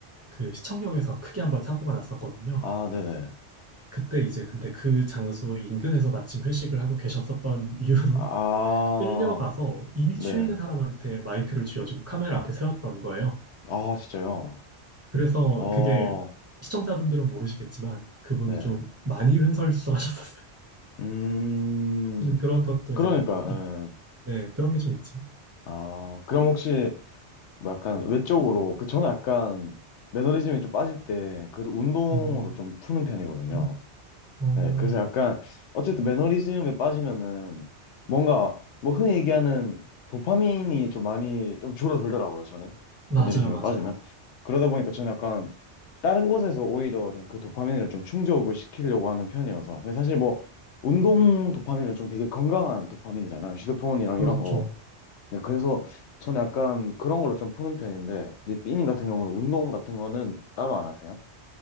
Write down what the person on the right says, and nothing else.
그 시청역에서 크게 한번 사고가 났었거든요.
그때 이제 근데 그 장소 인근에서 마침 회식을 하고 계셨었던 이유로
<laughs> 끌려가서 이미
취해 있는 사람한테 마이크를 쥐어주고 카메라 앞에 세웠던 거예요.
그래서
그게 시청자분들은 모르시겠지만 그분이
좀 많이 횡설수설하셨었어요.
<laughs> 근데 그런 것도
이제 뭐 이-
네, 그런 게 좀 있죠.
음,
어, 어,
맞아요,
맞아요.
그렇죠.